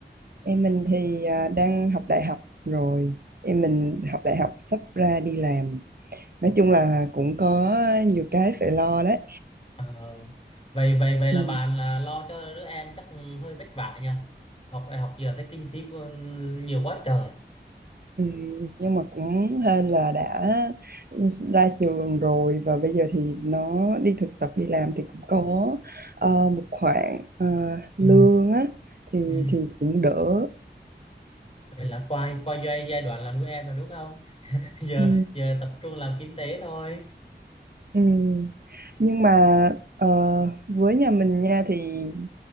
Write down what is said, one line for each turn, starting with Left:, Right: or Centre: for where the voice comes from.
Right: Em mình thì à, đang học đại học rồi. Em mình học đại học sắp ra đi làm.
Left: Ờ,
Right: Nói chung là cũng có nhiều cái phải lo đấy.
Left: à, vậy vậy vậy
Right: Ừ.
Left: là bạn là lo cho đứa em chắc hơi vất vả nhỉ. Học đại học giờ thấy kinh phí của- nhiều quá trời.
Right: Ừ. Nhưng mà cũng hên là đã ra trường rồi và bây giờ thì nó đi thực tập đi làm thì cũng có ờ, một khoản ờ,
Left: Ừ.
Right: lương á thì
Left: Ừ.
Right: thì cũng đỡ.
Left: Vậy là qua qua giai giai đoạn là nuôi em rồi đúng không? <laughs> Giờ
Right: Ừ.
Left: giờ tập trung làm kinh tế thôi.
Right: Ừ. Nhưng mà ờ, với nhà mình nha thì